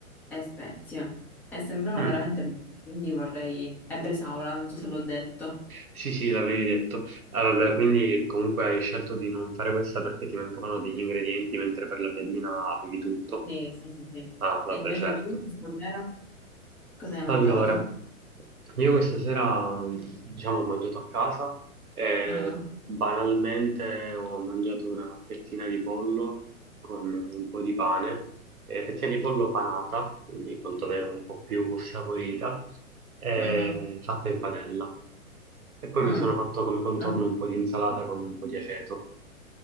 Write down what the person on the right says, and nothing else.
Mm.
Sì, sì, l'avevi detto. Ah, vabbè,
quindi comunque hai scelto di non fare questa perché ti mancavano degli ingredienti, mentre per la piadina avevi tutto.
Ah, vabbè,
certo.
Allora, io questa sera, diciamo, ho mangiato a casa e
banalmente ho mangiato una fettina di pollo con un po' di pane, eh, fettina di pollo panata, quindi quantomeno un po' più saporita, eh,
fatta in padella. E poi
mi sono fatto come contorno
un po' di insalata con un po' di aceto.